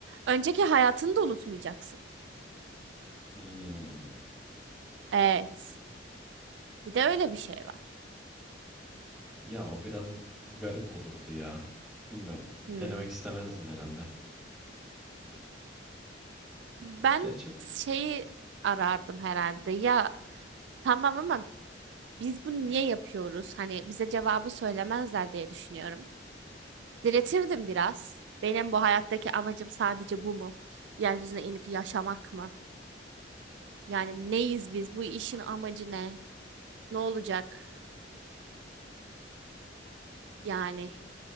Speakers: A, on the right (about 70°); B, in the centre.
A: Önceki hayatını da unutmayacaksın.
B: hmm.
A: Evet. Bir de öyle bir şey var.
B: Ya o biraz garip olurdu ya. Bilmiyorum. Denemek
A: Hmm.
B: istemezdim herhalde.
A: Ben
B: Gerçi
A: şeyi arardım herhalde. Ya tamam ama biz bunu niye yapıyoruz? Hani bize cevabı söylemezler diye düşünüyorum. Diretirdim biraz. Benim bu hayattaki amacım sadece bu mu? Yeryüzüne inip yaşamak mı? Yani neyiz biz? Bu işin amacı ne? Ne olacak? Yani.